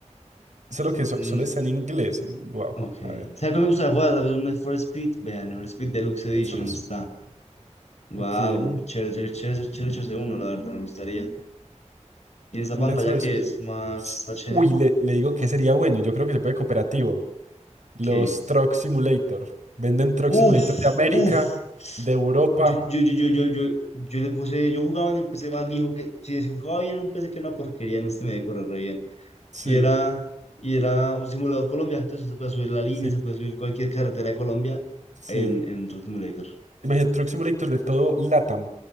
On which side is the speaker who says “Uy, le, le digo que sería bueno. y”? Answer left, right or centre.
Right